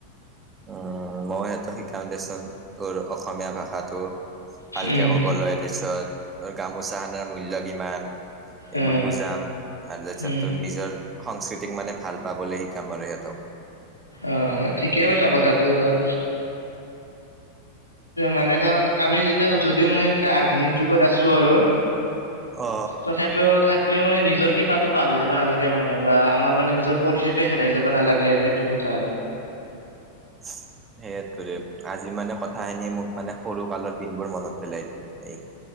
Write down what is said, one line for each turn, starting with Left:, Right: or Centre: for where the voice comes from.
Right: উম, মই সিহঁতে শিকাম দেচোন তোৰ অসমীয়া ভাষাটো ভালকে
Left: উম
Right: ক'ব লয় তাৰপিছত তোৰ গামোচা খানাৰ মূল্য কিমান, এইবোৰ
Left: অ
Right: বুজাম আৰু তাৰপিছত
Left: উম
Right: তোৰ নিজৰ সংস্কৃতিক মানে ভাল পাবলৈ শিকাম আৰু সিহঁতক।
Left: অ', ম ঠিকে কৈছা কথাটো ধৰ মানে ধৰ আমি যেতিয়া যদিও মানে এতিয়া আধুনিক যুগত আছো আৰু
Right: অ
Left: তথাপিও থাক কেতিয়া মানে নিজৰ শিপাটো পাহৰি যাব নালাগে মানে বা আমাৰ মানে নিজৰ পৰিস্থিতিয় হেই যাব নালাগে আৰু সেইটো কথা। আৰু
Right: <unintelligible> সেইয়টোৰে আজি মানে কথা খিনিয় মোক মানে সৰু কালৰ দিনবোৰ মনত পেলাই দিল এই